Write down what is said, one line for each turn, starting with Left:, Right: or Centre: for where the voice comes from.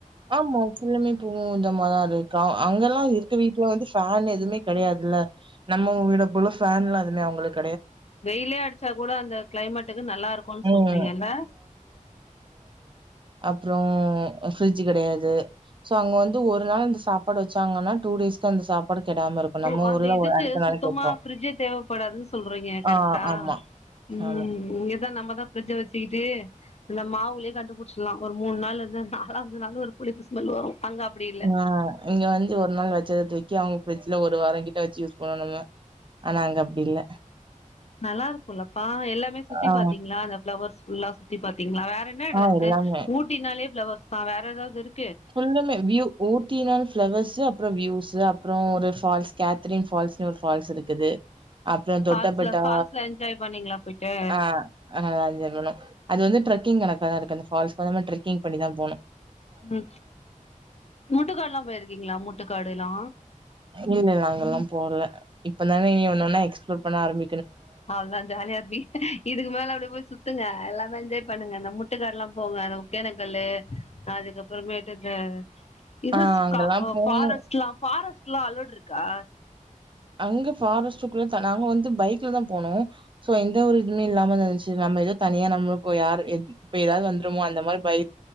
Right: ஆமா ஃபுல்லாமே போகும் இந்த மாரிதா இருக்கு அங்க எல்லா இருக்க வீட்டுல வந்து ஃபேன் எதுவுமே கிடையாதுல்ல நம்மங்க வீட போல ஃபேன்ல்லா எதுமே அவுங்களுக்
Left: வெயிலே அடிச்சா கூட அந்த கிளைமேட்டுக்கு நல்லா இருக்குன்னு சொல்றீங்கல்ல
Right: ம். அப்புறோ பிரஃட்ஜ் கெடையாது சோ அங்க வந்து ஒரு நாள் இந்த சாப்பாடு வச்சாங்கன்னா டூ டேஸ்க்கு அந்த சாப்பாடு கெடாம இருக்கும்.
Left: ஓ
Right: நம்ம
Left: அந்த
Right: ஊர்ல
Left: இதுக்கு
Right: ஒரு அடுத்த நாள்
Left: சுத்தமா
Right: கெட்டுரும்.
Left: ஃபிரிட்ஜு தேவைப்படாதுன்னு சொல்றீங்க கரெக்டா
Right: ஆ ஆமா,
Left: ம்
Right: ஆமா.
Left: இங்கதா நம்ம தா ஃபிரிட்ஜை வச்சிக்கிட்டு இந்த மாவுலேயே கண்டுபுடிச்சிலா ஒரு மூணு நாள் இருந்து நாலாவது நாளு ஒரு புளிப்பு ஸ்மெல் வரு அங்க அப்டி இல்ல
Right: ஆ இங்க வந்து ஒரு நாள் வச்சத தூக்கி வக்கி அவுங்க ஃபிரிட்ஜ்ல ஒரு வாரோ கிட்ட வச்சி யூஸ் பண்ணனுங்க ஆனா அங்க அப்பிடி இல்ல
Left: நல்லா இருக்குல்லப்பா எல்லாமே சுத்தி
Right: ஆ,
Left: பாத்தீங்களா அந்த பிளவர்ஸ் இன்னாஷ் த்தி பாத்தீங்களா வேற என்ன எடோ
Right: ஆ
Left: இருக்கு
Right: எல்லாமே.
Left: ஊட்டினாலே பிலோவேர்ஷ்தா வேற ஏதாவது இருக்
Right: ஃபுல்லுமே வியூ ஊட்டினாள் பிளவர்ஸ் அப்புறோ வியூஸ் ஷ் அப்புறோ ஒரு ஃபால்ஸ் கேத்தரின் பால்ஸ்ன்னு ஒரு ஃபால்ஸ் இருக்குது அப்புறோ தொட்டப்பட்டா
Left: ஃபால்ஸ்ல ஃபால்ஸ்ல என்ஜாய் பண்ணீங்களா போயிட்டு
Right: ஆ ஆனா அதுகுனு அது வந்து ட்ரக்கி்ங் கணக்காதா இருக்கு அ ஃபால்ஸ்க வ ட்ரக்கிங் பண்ணதா போனு
Left: அ முட்டுக்காடுல்லா போயிருக்கீங்களா முட்டுக்காடுல்லா
Right: இல்ல இல்ல அங்கெல்லாம் போல. இப்ப தான நீ ஒன்னன எஸ்பளோர் பண்ண ஆரம்
Left: அவல்தா ஜாலியா இருப்பி இதுக்கு மேல அப்பிடி போய் சுத்துங்க எல்லா வ என்ஜாய் பண்ணுங்க அந்த முட்டுல்லா போங்க அந்த உக்கேனக்கல்லு அதுக்கப்புறமேட்டுக இது
Right: ஆ அங்கெல்லாம்
Left: க
Right: போணும்.
Left: ஃபாரஸ்ட்ல்லா ஃபாரஸ்ட் க்லா அளோடு இருக்கா
Right: அங்க ஃபாரஸ்டுக்குள்ளத நாங்க வந்து பைக்ல தா போனோ சோ எந்த ஒரு இதுவுமே இல்லாம தா இருந்ச்சி நம்ம ஏதோ தனியா நம்மளுக்கு யாரு ஏதாவது வந்துருமோ அந்த மாரி பை